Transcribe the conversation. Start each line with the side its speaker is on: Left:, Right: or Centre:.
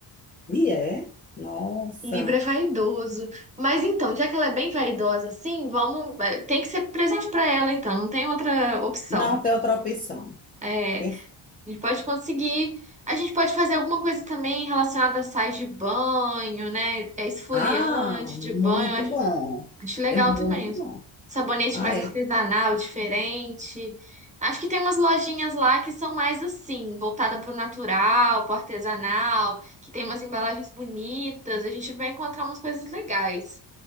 Left: E é? Nossa.
Right: Libra é vaidoso. Mas então, já que ela é bem vaidosa assim, vamos. vai- Tem que ser presente pra ela, então, não tem outra opção.
Left: Não tem outra opção.
Right: É,
Left: Pense-
Right: a gente pode conseguir. A gente pode fazer alguma coisa também relacionada a sais de banho, né? É esfoliante
Left: Ah, muito
Right: de banho.
Left: bom.
Right: Acho legal
Left: É muito
Right: também.
Left: bom.
Right: Sabonete
Left: Ah,
Right: mais
Left: é,
Right: artesanal, diferente. Acho que tem umas lojinhas lá que são mais assim, voltada pro natural, pro artesanal, que tem umas embalagens bonitas. A gente vai encontrar umas coisas legais